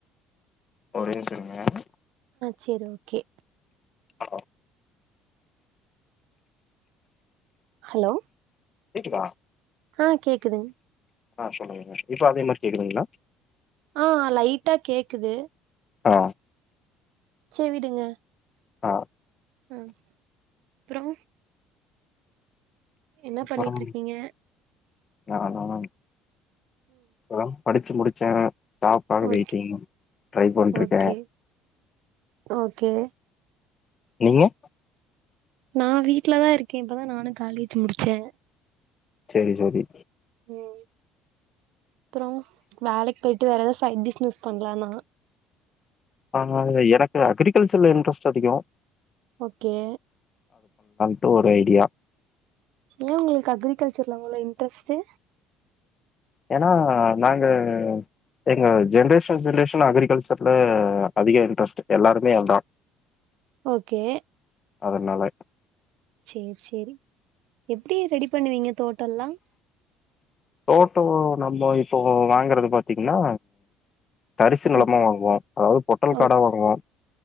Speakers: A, on the left; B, on the right.
A: ஒரே நிம்ஷோ இருங்க
B: செரி ஓகே
A: ஆ
B: ஹலோ
A: கேக்குதா
B: ஆ கேக்குதுங்
A: ஆ சொல்லுங்க இப்ப அதே மாரி கேக்குதுங்ளா
B: ஆ லைட்டா கேக்குது
A: ஆ
B: சே விடுங்க
A: அ
B: அ அப்றோ என்ன
A: அப்புறம்
B: பண்ணிட்டுருக்கீங்க
A: நானா பறம் படிச்சு முடி சேர டாப்பானு
B: ஓகே
A: வெயிட்டிங் ட்ரை பண்ட்ருக்க
B: ஓகே ஓகே
A: நீங்க
B: நா வீட்லதா இருக்கே இப்பதா நானு காலேஜ் முடிச்சே
A: சேரி ஜோதி
B: ம் அப்றோ வேலைக் போய் டு வேற எதா சைட் பிஸ்னஸ் பண்ற நா
A: ஆ எனக்கு அகிரிகல்ச்சர்ல இன்ட்ரஸ்ட் அதிகொ
B: ஓகே
A: ட்டு ஒரு ஐடியா
B: ஏ உங்களுக்கு அக்ரிகல்ச்சர்ல அவ்ளோ இன்ட்ரெஸ்ட்டு
A: ஏனா நாங்க எங்க ஜென்ரேஷன் ரிலேஷன் அகிரிகல்ச்சர்ல அதிக இன்ட்ரஸ்ட்டு எல்லாருக்மே அதா
B: ஓகே
A: அதனால
B: சேர் சேரி எப்படி ரெடி பண்ணுவீங்க தோட்டம்ல்லாம்
A: தோட்டம் நம்ம இப்போ வாங்கறது பாத்தீங்கன்னா தரிசு நிலமா
B: ஓக்
A: வாங்குவோம் அதாவது பொட்டல்
B: ஓக்
A: காடா வாங்குவோம்